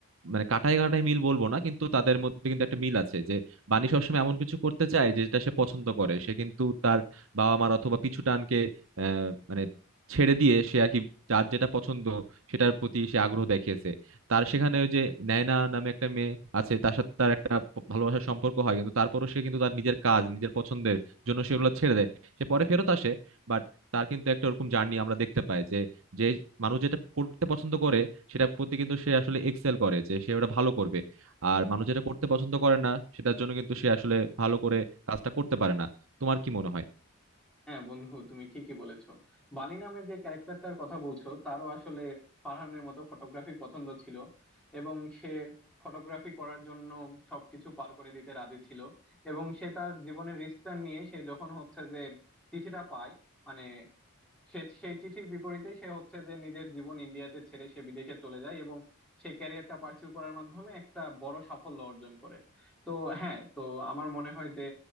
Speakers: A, on the right; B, in the centre.
A: মানে কাটায় কাটায় মিল বলবো না কিন্তু তাদের মধ্যে কিন্তু একটা মিল আছে যে বানি সবসময় এমন কিছু করতে চায় যেটা সে পছন্দ করে সে কিন্তু তার বাবা মার অথবা পিছু টানকে আহ, মানে ছেড়ে দিয়ে সে আর কি যার যেটা পছন্দ সেটার প্রতি সে আগ্রহ দেখিয়েছে তার সেখানে ওই যে নায়না নামে একটা মেয়ে আছে তার সাথে তার একটা প- ভালোবাসার সম্পর্ক হয় কিন্তু তারপরও সে কিন্তু তার নিজের কাজ নিজের পছন্দের জন্য সেগুলো ছেড়ে দেয় সে পরে ফেরত আসে বাট তার কিন্তু একটা ওরকম জার্নি আমরা দেখতে পাই যে যে মানুষ যেটা করতে পছন্দ করে সেটার প্রতি কিন্তু সে আসলে এক্সেল করে যে সে ওটা ভালো করবে আর মানুষ যেটা করতে পছন্দ করে না সেটার জন্য কিন্তু সে আসলে ভালো করে কাজটা করতে পারে না তোমার কি মনে হয়
B: হ্যাঁ বন্ধু তুমি ঠিকই বলেছো বানি নামে যে ক্যারেক্টারটার কথা বলছো তারও আসলে ফারহানের মতো ফটোগ্রাফি পছন্দ ছিল এবং সে ফটোগ্রাফি করার জন্য সবকিছু পার করে দিতে রাজি ছিল এবং সে তার জীবনের রিস্কটা নিয়ে সে যখন হচ্ছে যে চিঠিটা পায় মানে সে সেই চিঠির বিপরীতে সে হচ্ছে যে নিজের জীবন ইন্ডিয়াতে ছেড়ে সে বিদেশে চলে যায় এবং সে ক্যারিয়ারটা পার্সিউ করার মাধ্যমে একটা বড় সাফল্য অর্জন করে তো হ্যাঁ তো আমার মনে হয় যে